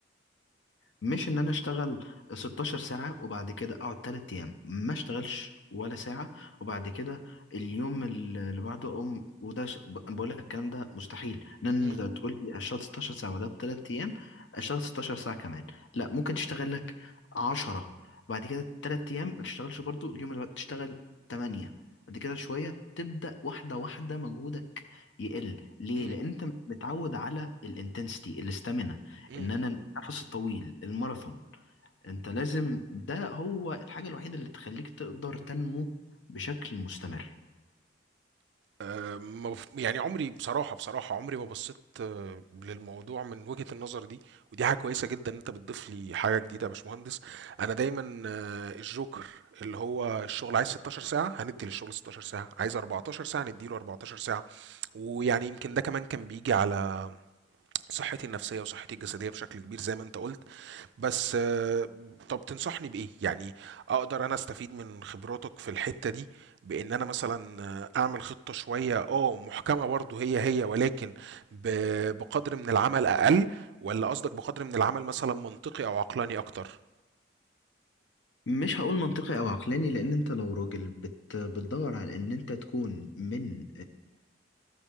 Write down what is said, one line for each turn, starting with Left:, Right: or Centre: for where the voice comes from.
Left: مش ان انا اشتغل 16 ساعة وبعد كده اقعد 3 ايام ما اشتغلش ولا ساعة وبعد كده اليوم اللي بعده اقوم وده ش... ب- أنا بقول لك الكلام ده مستحيل لان
Right: مم.
Left: انت تقول لي اشتغل 16 ساعة وده بثلاث ايام اشتغل 16 ساعة كمان لا ممكن تشتغل لك 10 بعد كده 3 ايام ما تشتغلش برضو اليوم اللي بعده تشتغل 8 بعد كده شوية تبدأ واحدة واحدة مجهودك يقل ليه؟
Right: مم.
Left: لأن أنت مش متعود على الانتنسيتي الاستامينا
Right: مم.
Left: ان انا النفس الطويل الماراثون انت لازم ده هو الحاجة الوحيدة اللي تخليك تقدر تنمو بشكل مستمر
Right: آه، ما بف- يعني عمري بصراحة بصراحة عمري ما بصيت آه، للموضوع من وجهة النظر دي ودي حاجة كويسة جدا ان انت بتضيف لي حاجة جديدة يا باشمهندس انا دايما آه، الجوكر اللي هو الشغل عايز 16 ساعة هندي للشغل 16 ساعة عايز 14 ساعة نديله 14 ساعة ويعني يمكن ده كمان كان بيجي على صحتي النفسية وصحتي الجسدية بشكل كبير زي ما انت قلت بس آه، طب تنصحني بإيه؟ يعني أقدر أنا أستفيد من خبراتك في الحتة دي بإن أنا مثلا آه، أعمل خطة شوية أه محكمة برضه هي هي ولكن ب- بقدر من العمل أقل ولا قصدك بقدر من العمل مثلا منطقي أو عقلاني أكتر؟
Left: مش هقول منطقي او عقلاني لان انت لو راجل بت بتدور على ان انت تكون من